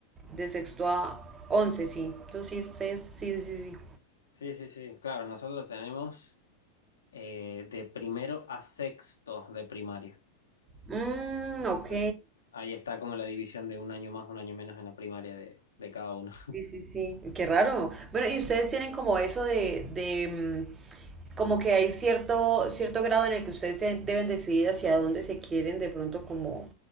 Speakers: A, on the right; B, on the left.
A: de sexto a once, sí. Entonces sí, sí, sí, sí. sí.
B: Sí, sí, sí. Claro, nosotros tenemos eh, de primero a sexto de primaria.
A: Mm, ok.
B: Entonces, ahí está como la división de un año más, un año menos en la primaria de, de cada uno.
A: Sí, sí, sí. Qué raro. Bueno, ¿y ustedes tienen como eso de, de, mm, como que hay cierto, cierto grado en el que ustedes de- deben decidir hacia dónde se quieren de pronto como,